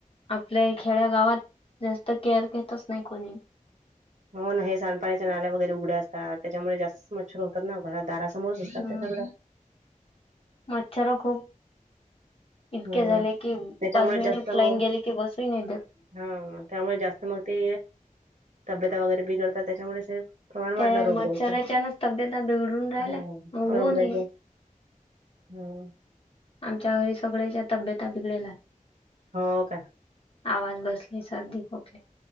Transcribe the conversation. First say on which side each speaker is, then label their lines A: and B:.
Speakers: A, on the left; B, on the right.
A: आपल्या खेड्या गावात, जास्त केअर घेतच नाही कोणी.
B: हो ना, हे सांडपाण्याच्या नाल्या वगैरे उघड्या असतात त्याच्यामुळे जास्तच मच्छर होत. तर ना घरात दारासमोरच दिसतात
A: हम्म
B: त्या सगळं.
A: मच्छर खूप. इतके
B: हम्म
A: झाले की,
B: त्याच्यामुळे
A: पाच मिनिट
B: जास्त
A: लाईन
B: मग
A: गेली की बसू नाही देत.
B: हा त्यामुळे जास्त मग ते. तब्यता वगैरे बिगडतात त्याच्यामुळेच हे प्रमाण
A: त्या
B: वाढला रोगरायचा,
A: मच्छराच्यानच तब्यता बिघडून राहिल्या
B: हा
A: होऊन
B: रोगरायच.
A: येईल
B: हम्म.
A: आमच्या घरी सगळ्याच्या तब्यता बिघडायल
B: हो का?
A: आवाज बसली सर्दी खोकले